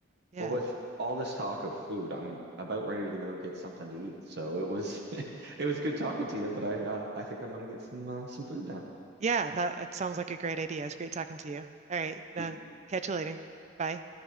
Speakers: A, on the right; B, on the right.
A: yeah.
B: Well, with all this talk of food, I'm about ready to go get something to eat. So it was <laughs> it was good talking to you, but I uh, I think I'm gonna get some uh, some food now.
A: Yeah, that, that sounds like a great idea. It was great talking to you. All right, uh,
B: You-
A: catch you later. Bye.